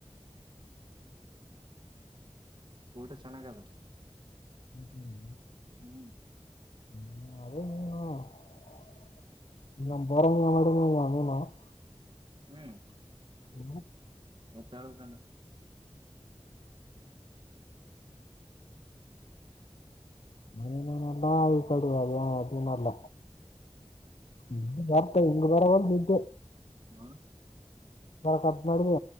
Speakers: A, on the right; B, on the left.
A: ಊಟ ಚೆನ್ನಾಗ ಆದ.
B: <unintelligible>
A: ಹ್ಮ್
B: <unintelligible>
A: ಹ್ಮ್
B: ಹ್ಮ
A: ಮತ್ತ ಹೇಳ್ಬೇಕಂದ್ರ.
B: ಮನ ಇಲ್ಲ ಈ ಕಡಿ ಅದ ಅದುನು ಇಲ್ಲ. ಹ ಬಾರ್ತೆೆ ಇಂಗ ಬರವಲ್ದು ನಿದ್ದಿ.
A: ಹಾ.
B: ಕಟ್ ಮಾಡಿಧೇನು.